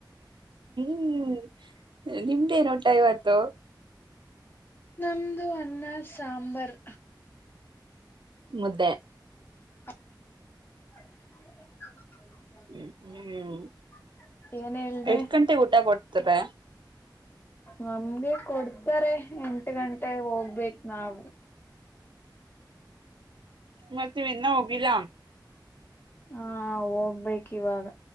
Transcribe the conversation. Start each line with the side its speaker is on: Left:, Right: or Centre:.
Right: ಹ್ಮ್ ನಿಮ್ದೇನ್ ಊಟ ಇವತ್ತು?
Left: ನಮ್ದು ಅನ್ನ ಸಾಂಬರ್.
Right: ಮುದ್ದೆ.
Left: ಹ್ <unintelligible>
Right: ಹ್ಮ್ ಹ್ಮ್
Left: ಏನ್ ಹೇಳ್ದೇ?
Right: ಎಷ್ಟ್ ಗಂಟೆಗೆ ಊಟ ಕೊಡ್ತಾರೆ
Left: ನಮ್ಗೆ ಕೊಡ್ತಾರೆ ಎಂ ಟ್ ಗಂಟೆ ಹೋಗ್ಬೇಕ ನಾವು.
Right: ಮತ್ತ ಏನ್ ಇನ್ನ್ ಹೋಗಿಲ್ಲ.
Left: ಹಾ ಹೋಗ್ಬೇಕ ಇವಾಗ